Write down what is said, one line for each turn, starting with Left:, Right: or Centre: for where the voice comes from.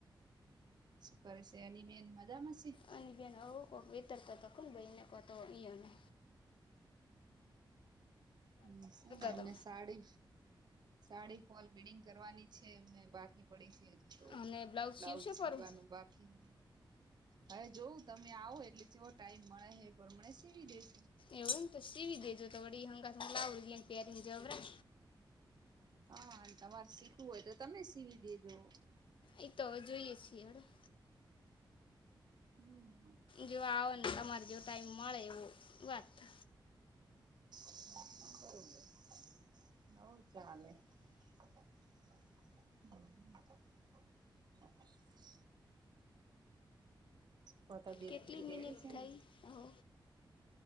Right: શું કરે છે એની બેન મજામાં છે
Left: અને બેન આવું કોઈક વિતરતો તો કો ભાઈ એને કો તો ઈયો
Right: હમ્મ એમને
Left: હતો
Right: સાડી સાડી ફોલ બીડિંગ કરવાની છે એમને બાકી પડી જ તો
Left: અને બ્લાઉઝ
Right: લઉજ
Left: સીવશે
Right: સીવાનું
Left: પરું
Right: બાકી હવે જોવં તમે આવો એટલે ચવો ટાઈમ મળે હે પણ મને સીવી દેસ
Left: એવું એમ તો સીવી દેજો તો વડી હંગાસ લાવડ પેારીની જબરા
Right: હા તમારે શીખવું હોય તો તમે સીવી દેજો
Left: અ તો હવે જોઈએ છીએ હડ
Right: હમ
Left: જો આવો ને તમારે જો ટાઈમ મળે એવું વાત થ
Right: હ બરોબર હવ ચાલે હમ તો તબિયત
Left: કેટલી
Right: બીજી રેડી
Left: મિનિટ
Right: છે
Left: થઈ
Right: ને
Left: હો